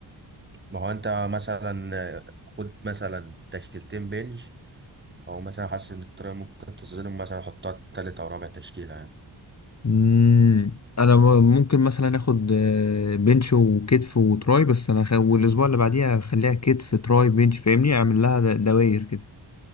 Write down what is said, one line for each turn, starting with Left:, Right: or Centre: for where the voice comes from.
Right: ما هو انت مثلا آه، خد مثلا تشكيلتين بنج او مثلا حاسس ان الطريقه ممكن تظلم مثلا حطها تالت او رابع تشكيله يعني
Left: مم. انا م- ممكن مثلا اخد آه، بنش وكتف وتراي بس انا خ... والاسبوع اللي بعديها اخليها كتف تراي بنش فاهمني اعمل لها د- دواير كده